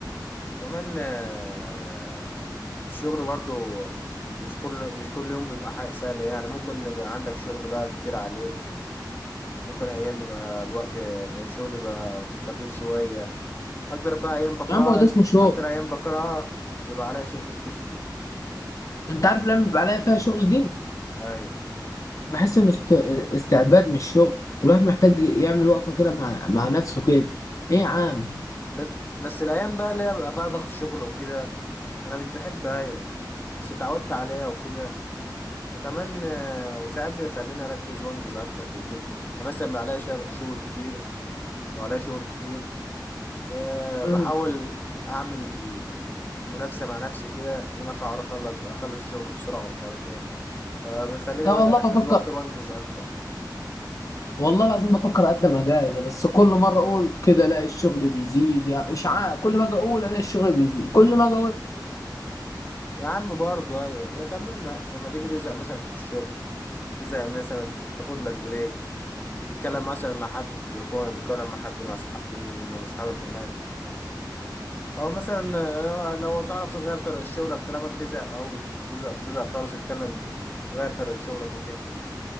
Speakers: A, on the left; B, on the left.
A: كمان آه، الشغل برضو مش كل مش كل يوم بيبقى حاجة سهلة يعني ممكن يبقى عندك شغل بقى كتير عليك ممكن أيام بيبقى الوقت الشغل بيبقى خفيف شوية أكتر بقى أيام بكرهها
B: يا عم هو ده اسمه شغل
A: أكتر أيام بكرهها بيبقى عليا شغل كتير فيه
B: انت عارف لما بيبقى عليا فيها شغل دي
A: أيوة
B: بحس ان است... استعباد مش شغل الواحد محتاج يعمل وقفه كده مع مع نفسه كده ايه يا عم
A: بس بس الأيام بقى اللي هي بيبقى فيها ضغط شغل وكده أنا مش بحب أيوة بس اتعودت عليها وكده وكمان آه، وساعات بيخليني أركز وأنجز أكتر وكده يعني مثلا بيبقى عليا شغ- شغل كتير وعليا شغل كتير أه
B: امم
A: بحاول اعمل منافسه مع نفسي كده ان انا اقعد اخلص بقى اخلص الشغل بسرعه ومش عارف ايه فبيخليني
B: لا
A: بقى
B: والله
A: اركز
B: بفكر
A: اكتر وانجز اكتر
B: والله العظيم بفكر اقدم اجازه بس كل مره اقول كده الاقي الشغل بيزيد يعني مش عارف كل ما اجي اقول الاقي الشغل بيزيد كل ما اجي اقول
A: يا عم برضه ايوه لا كملنا لما تيجي تزهق مثلا في الشغل تزهق مثلا تاخد لك بريك تتكلم مثلا مع حد في التليفون تتكلم مع حد مع أصحاب من من اصحابك هناك او مثلا آه، لو تعرف تغير طريقه شغلك طالما بتزهق قوي تزهق تزهق خالص اتكلم غير طريقه شغلك وكده